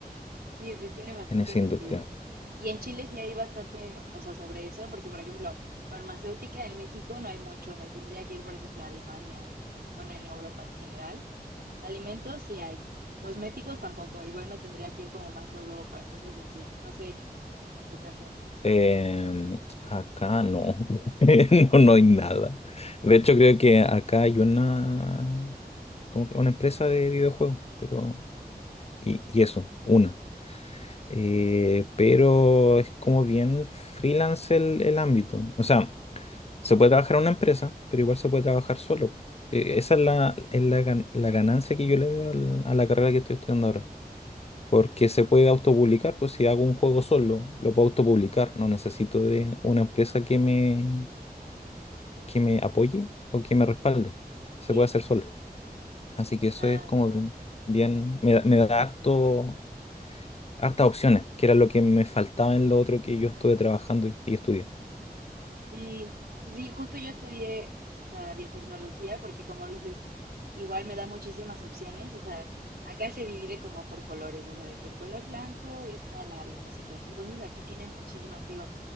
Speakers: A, on the right (about 75°); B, on the left (about 40°).
A: Sí, pues tiene bastante
B: en esa
A: sentido.
B: industria.
A: Y en Chile sí hay bastante, o sea, sobre eso, porque por ejemplo, farmacéutica en México no hay mucho. Me tendría que ir, por ejemplo, a Alemania, o bueno, en Europa en general. De alimentos sí hay. Cosméticos tampoco. Igual me tendría que ir como más a Europa, cosas así. No sé, en tu caso.
B: Em, acá no. <laughs> No, no hay nada. De hecho, creo que acá hay una, como que una empresa de videojuegos, pero. Y, y eso, una. Eh, pero es como bien freelance el, el ámbito. O sea, se puede trabajar en una empresa, pero igual se puede trabajar solo. Eh, Esa es la, es la, gan- la ganancia que yo le veo al- a la carrera que estoy estudiando ahora. Porque se puede autopublicar, pues si hago un juego solo, lo puedo autopublicar. No necesito de una empresa que me, que me apoye o que me respalde.
A: Sí.
B: Se puede hacer solo. Así que
A: Ah.
B: eso es como bien, bien- me da, me da harto, hartas opciones, que era lo que me faltaba en lo otro que yo estuve trabajando y, y estudié.
A: Sí, pues sí, justo yo estudié, o sea, biotecnología, porque como dices, igual me da muchísimas opciones, o sea, acá se divide como por colores, o sea, de que el color blanco es tal área, no sé qué. Entonces aquí tiene muchísimas, te digo,